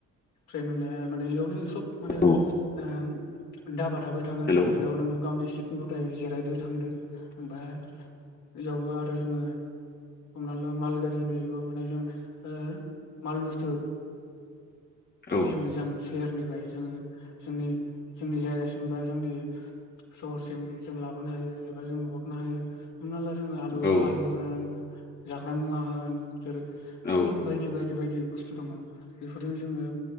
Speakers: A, on the left; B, on the left.
A: <unintelligible> एयावनो सब माने ओ
B: औ
A: दाबा थाबाय थागोन
B: हेलौ
A: बेयाव नोङो गावनि सित गथाय जिरायदो थांदो ओमफाय इयावबो आरो जोङो हमना ला माल गारि होनो बेबो माने जों हो माल बुस्थु
B: औ
A: जों गोजान सेहेरनिफ्राय जोङो जोंनि जोंनि जायगासिम बा जोंनि सहरसिम जों लाबोनो हायो एबा जों हरनो हायो। हमना ला जोङो आलु
B: औ
A: आलु होन जाग्रा मुवा होन जै
B: औ
A: बुहुद बायदि बायद बायदि बायदि बुस्थु दङ बेफोरजों जोङो